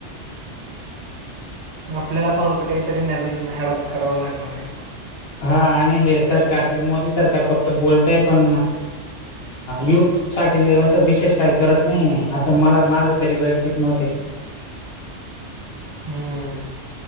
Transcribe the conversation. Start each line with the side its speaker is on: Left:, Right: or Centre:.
Right: आपल्याला थोडंसं काहीतरी नवीन अॅडॉप्ट करावं लागणार आहे.
Left: हा आणि हे सरकार बी मोदी सरकार फक्त बोलतंय पण युथ. साठी असं विशेष काही करत नाही ये. असं मला माझं तरी वैयक्तिक मत आहे.
Right: हम्म.